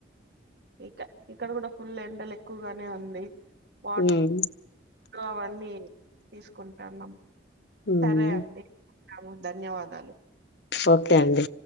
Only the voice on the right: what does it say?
ఇక ఇక్కడ కూడా ఫుల్ ఎండలు ఎక్కువగానే ఉంది వాట్
కో అవన్నీ తీసుకుంటాను
సరే అండి ఉంటాము ధన్యవాదాలు